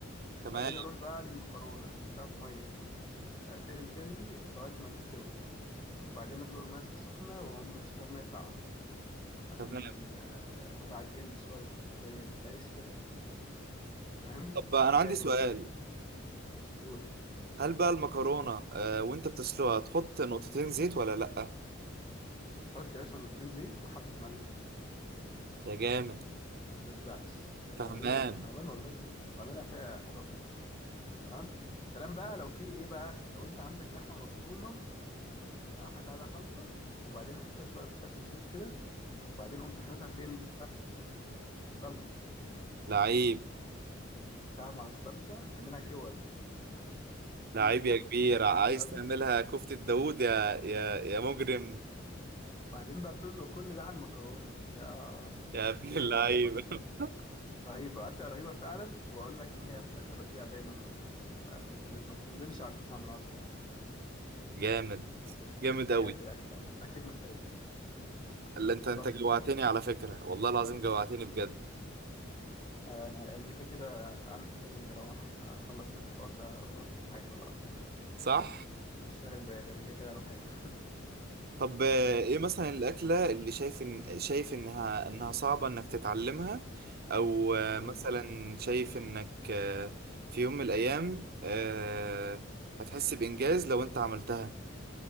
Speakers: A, on the right; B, on the left.
A: تمام
B: بعدين اروح بقى للمكرونه احطها في ميه آه، تغلي تغلي لغاية ما تستوي وبعدين أدلق المية السخنة وأقوم رشها مية ساقعة عشان
A: تمام
B: آه، ما تعجنش برضه زي العيش كده فاهم
A: طب
B: التركاية
A: انا عندي سؤال
B: دي برضه خد بالك قول
A: هل بقى المكرونة آه وانت بتسلقها تحط نقطتين زيت ولا لأ؟
B: حط يا باشا نقطتين زيت وحبة ملح
A: يا جامد
B: عشان ما تلزقش عيب
A: فهمان
B: عليك فاهمان والله في إيه بعملها فيها حلوة فاهم تمام سلام بقى لو في إيه بقى لو أنت عندك لحمة مفرومة آه، حط عليها خلطة وبعدين حطيتها شوية في الزيت كده وبعدين قمت حاططها فين في الصلصة
A: لعيب
B: جبتها مع الصلصة اعملها كور
A: لعيب
B: ميت بولز
A: يا كبير عايز
B: تمام
A: تعملها كفتة داوود يا يا يا مجرم
B: بعدين بقى بتطلق كل ده على المكرونه يا
A: يا ابن
B: دنيا
A: اللعيب
B: تانية بأمان
A: <laughs>
B: رهيبة أكلة رهيبة فعلا وأقول لك إن هي في أكلة بديها دايما آه، ما بت- ما بتنزلش عن تسعة من عشرة عندي
A: جامد جامد
B: بجد
A: أوي
B: هي أكلة أكلة محترفين
A: اللي انت انت
B: باستا
A: جوعتني
B: بجد
A: على فكرة والله العظيم جوعتني بجد
B: آه، أنا أنا كده كده عامل حسابي إني أروح أخلص الحوار ده وأروح آكل على طول
A: صح؟
B: <laughs> مش شاغل بالي أنا كده كده أروح آكل
A: طب آه، ايه مثلا الأكلة اللي شايف إن شايف إنها إنها صعبة إنك تتعلمها أو آه،
B: أمم.
A: مثلا شايف إنك آه، في يوم من الأيام آه، هتحس بإنجاز لو أنت عملتها